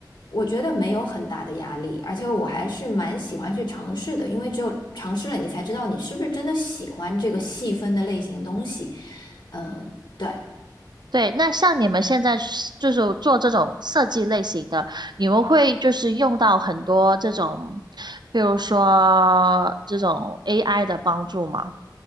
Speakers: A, on the left (about 80°); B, on the right (about 70°).
A: 我觉得没有很大的压力，而且我还是蛮喜欢去尝试的，因为只有尝试了，你才知道你是不是真的喜欢这个细分的类型的东西。嗯，对。
B: 对，那像你们现在是就是做这种设计类型的，你们会就是用到很多这种，比如说这种 AI 的帮助吗？